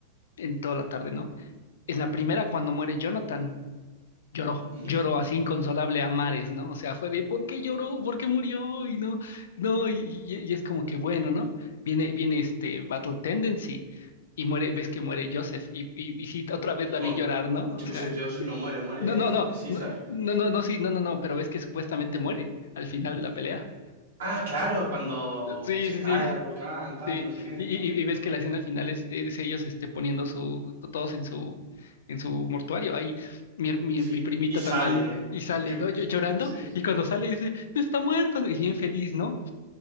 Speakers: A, on the left; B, on the right.
A: en toda la tarde, ¿no? En la primera, cuando muere Jonathan. lloró,
B: ujú.
A: lloró así inconsolable a mares, ¿no? O sea, fue de ¿por qué lloró? ¿Por qué murió? Y no, no, y, y- y es como que bueno, ¿no? Viene, viene este Battle Tendency y muere, ves que muere Joseph y, y, y sí, otra vez la
B: Bueno,
A: vi llorar, ¿no? O
B: Joseph
A: sea,
B: Joseph no muere, muere
A: no, no,
B: C-
A: no,
B: César.
A: no, no, no, no, sí, no, no, no, pero ves que supuestamente muere al final de la pelea.
B: Ah, claro, cuando
A: Sí,
B: se
A: sí,
B: cae
A: sí.
B: al volcán, tal,
A: Sí,
B: no sé qué.
A: y, y- y ves que la escena final es, es ellos este, poniendo su, todos en su, en su mortuario. Ahí mi, mi,
B: Sí,
A: mi primita
B: y sale.
A: también
B: eh,
A: y sale,
B: Que, que-
A: ¿no? Llo- llorando,
B: sí,
A: y cuando sale dice, "No está muerto, ¿no? y bien feliz, ¿no?